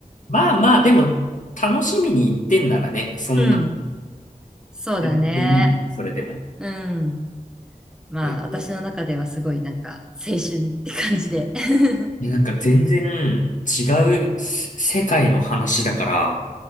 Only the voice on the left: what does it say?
まあまあ、でも楽しみに行ってんならね、そんな、
全然いい。それでも。
えー、
いやなんか全然違う世界の話だから、